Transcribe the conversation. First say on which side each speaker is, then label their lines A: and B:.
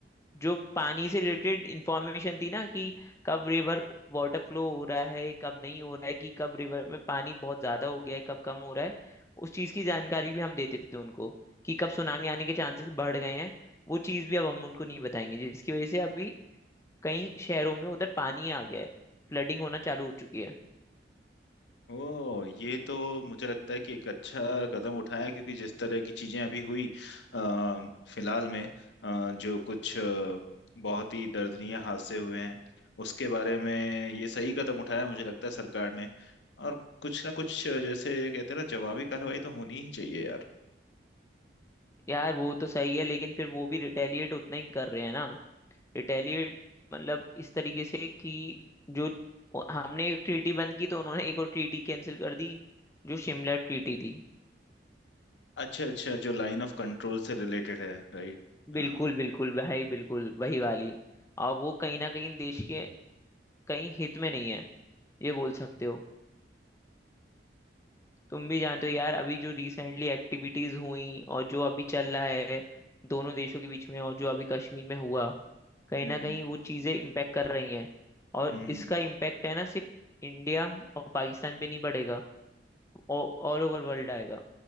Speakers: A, on the left; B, on the left.
A: जो पानी से रिलेटेड इंफॉर्मेशन थी ना कि कब रिवर वाटर फ्लो हो रहा है कब नहीं हो रहा है कि कब रिवर में पानी बहुत ज्यादा हो गया है कब कम हो रहा है उस चीज की जानकारी भी हम देते थे उनको कि कब सुनामी आने के चांसेस बढ़ गए हैं वो चीज भी अब हम उनको नहीं बताएंगे जिसकी वजह से अभी कई शहरों में उधर पानी आ गया है फ्लडिंग होना चालू हो चुकी है
B: ओ ये तो मुझे लगता है कि एक अच्छा कदम उठाया है, क्योंकि जिस तरह की चीजें अभी हुई अ, फिलहाल में अ, जो कुछ अ, बहुत ही दर्दनीय हादसे हुए हैं उसके बारे में ये सही कदम उठाया है, मुझे लगता है सरकार ने और कुछ ना कुछ अ, जैसे कहते हैं ना जवाबी कार्रवाई तो होनी ही चाहिए यार
A: यार वो तो सही है लेकिन फिर वो भी रिटेलिएट उतना ही कर रहे हैं ना रिटेलिएट मतलब इस तरीके से कि जो हमने एक ट्रीटी बंद की तो उन्होंने एक और ट्रीटी कैंसिल कर दी जो शिमला ट्रीटी थी
B: अच्छा अच्छा जो लाइन ऑफ कंट्रोल से रिलेटेड है राइट
A: बिल्कुल
B: हाँ
A: बिल्कुल भाई बिल्कुल वही वाली और वो कहीं ना कहीं देश के कहीं हित में नहीं है ये बोल सकते हो तुम भी जानते हो यार अभी जो रिसेंटली एक्टिविटीज हुई और जो अभी चल रहा है दोनों देशों के बीच में और जो अभी कश्मीर में हुआ कहीं
B: हम्म
A: ना कहीं
B: हम्म,
A: वो चीजें इम्पेक्ट कर रही हैं और
B: हम्म।
A: इसका इम्पेक्ट है ना सिर्फ इंडिया और पाकिस्तान पे नहीं पड़ेगा ऑल ओवर वर्ल्ड आएगा